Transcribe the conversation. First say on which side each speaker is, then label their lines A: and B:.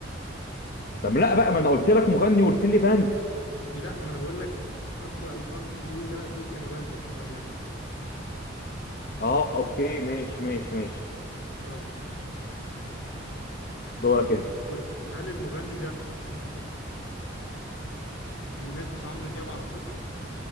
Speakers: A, on the left; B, on the left.
A: طب لا بقى ما انا قلت لك مغني وقلت لي باند
B: يا ابني لا ما انا بقول لك Until I Found You ده دول كانوا باند مش مغني واحد
A: اه اوكي ماشي ماشي ماشي
B: يلا
A: دورك انت
B: سوري هل المغني ده <clears throat> بينافس عمرو دياب على طول